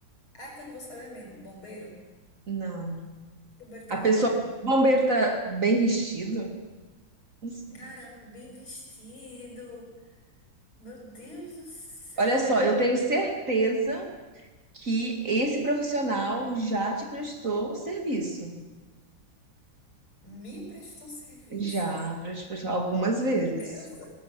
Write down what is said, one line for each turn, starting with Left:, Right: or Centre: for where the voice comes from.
Left: Ah, é que eu não vou saber mesmo. Bombeiro?
Right: Não.
Left: Bombeiro trabalha
Right: A pessoa,
Left: na rua.
Right: o bombeiro tá bem vestido? Não sei.
Left: Caramba, bem vestido. Meu Deus do céu.
Right: Olha só,
Left: bem-
Right: eu tenho certeza que esse profissional já te prestou serviço.
Left: Me prestou serviço.
Right: Já te prestou algumas vezes.
Left: Eu, sou-